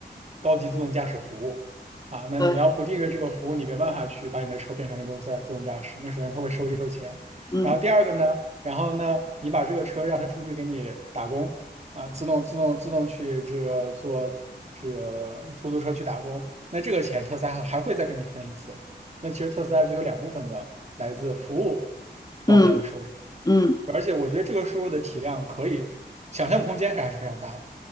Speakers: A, on the right (about 40°); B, on the left (about 20°).
A: 高级自动驾驶服务啊。那你要不订阅这个服务，
B: 对，
A: 你没办法去把你的车变成一动自自动驾驶，那首先他会收一份钱。
B: 嗯
A: 然后第二个呢？然后呢，你把这个车让他出去给你打工啊，自动自动自动去这个坐这个出租车去打工，那这个钱特斯拉还还会再给你分一次。那其实特斯拉就有两部分的来自服务方面的收入。
B: 嗯嗯。
A: 而且我觉得这个输入的体量可以想象空间是还是非常大的，